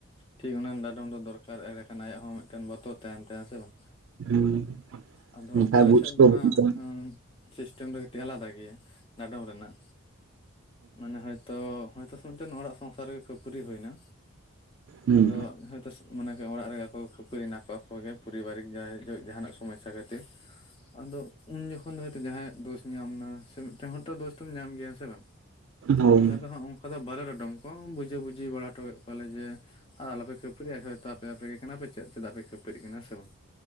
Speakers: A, on the left; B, on the right.
A: ᱴᱷᱤᱠ ᱚᱱᱟ ᱰᱟᱸᱰᱚᱢ ᱫᱚ ᱫᱚᱨᱠᱟᱨ ᱮᱰᱮᱠᱷᱟᱱ ᱟᱭᱟᱜ ᱦᱚᱸ ᱢᱮ ᱴᱮᱱ ᱵᱚᱛᱚᱨ ᱛᱟᱦᱮᱱ ᱛᱟᱭᱟ ᱦᱮᱸᱥᱮ ᱵᱟᱝ,
B: ᱦᱩᱸ
A: ᱟᱫᱚ
B: ᱵᱟᱠᱷᱟᱡ
A: ᱟᱞᱮ
B: ᱵᱩᱡᱽ
A: ᱥᱮᱫ
B: ᱠᱚ
A: ᱦᱟᱸᱜ
B: ᱵᱩᱡᱟ
A: ᱩᱸ ᱥᱤᱥᱴᱮᱢ ᱫᱚ ᱠᱟᱹᱴᱤᱡ ᱟᱞᱟᱫᱟ ᱜᱮᱭᱟ ᱰᱟᱸᱰᱚᱢ ᱨᱮᱱᱟᱜ ᱢᱟᱱᱮ ᱦᱚᱭᱛ ᱛᱚ ᱦᱚᱭᱛᱳ ᱢᱤᱫᱴᱮᱱ ᱚᱲᱟᱜ ᱥᱚᱝᱥᱟᱨ ᱨᱮᱜᱮ ᱠᱷᱟᱹᱯᱟᱹᱨᱤ ᱦᱩᱭᱱᱟ
B: ᱦᱩᱸ
A: ᱟᱫᱚ ᱦᱚᱭᱛ ᱢᱟᱱᱮ ᱚᱲᱟᱜ ᱨᱮᱜᱮ ᱠᱚ ᱠᱷᱟᱹᱯᱟᱹᱨᱤ ᱮᱱᱟ ᱠᱚ ᱟᱠᱚᱜᱮ ᱯᱚᱨᱤᱵᱟᱨᱤᱠ ᱡᱟᱸᱦᱟᱭ ᱡᱟᱦᱟᱱᱟᱜ ᱥᱚᱢᱚᱥᱥᱟ ᱠᱷᱟᱹᱛᱤᱨ ᱟᱫᱚ ᱩᱱ ᱡᱚᱠᱷᱚᱱ ᱫᱚ ᱦᱚᱭᱛᱚ ᱡᱟᱦᱟᱸᱭᱟᱜ ᱫᱳᱥ ᱧᱟᱢ ᱱᱟ ᱥᱮ ᱢᱤᱫᱴᱟᱝ ᱦᱚᱲ ᱛᱚ ᱫᱳᱥ ᱫᱚᱢ ᱧᱟᱢ ᱜᱮᱭᱟ ᱥᱮ ᱵᱟᱝ?
B: ᱦᱳᱭ
A: ᱟᱞᱮ ᱫᱚ ᱦᱟᱸᱜ ᱚᱝᱠᱟ ᱫᱚ ᱵᱟᱞᱮ ᱰᱟᱸᱰᱚᱢ ᱠᱚᱣᱟ, ᱵᱩᱡᱷᱟᱹ ᱵᱩᱡᱷᱤ ᱵᱟᱲᱟ ᱦᱚᱴᱚ ᱠᱮᱜ ᱠᱚᱣᱟᱞᱮ ᱡᱮ ᱟᱨ ᱟᱞᱚᱯᱮ ᱠᱷᱟᱹᱯᱟᱹᱨᱤᱜᱼᱟ ᱦᱚᱭᱛᱚ ᱟᱯ ᱟᱯᱮ ᱟᱯᱮ ᱜᱮ ᱠᱟᱱᱟᱯᱮ ᱪᱮᱫ ᱪᱮᱫᱟᱜ ᱯᱮ ᱠᱷᱟᱹᱯᱟᱹᱨᱤᱜ ᱠᱟᱱᱟ ᱥᱮ ᱵᱟᱝ